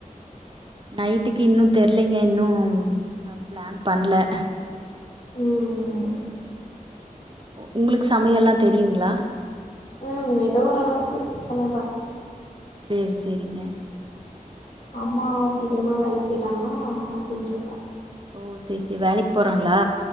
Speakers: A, on the right; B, on the left.
A: நைட்டுக்கு இன்னும் தெர்லைங்க இன்னும் பிளான் பண்ணல
B: ம் ம்
A: உங்களுக்கு சமையல்லாம் தெரியுங்களா
B: ம் ஏதோ ஓரளவுக்கு சமைப்ப
A: சேரி சேரிங்க
B: அம்மா சீக்கிரமா வேலைக்கு போயிட்டாங்கனா செஞ்சே
A: ஓ சேரி சேரி வேலைக்கு போறாங்களா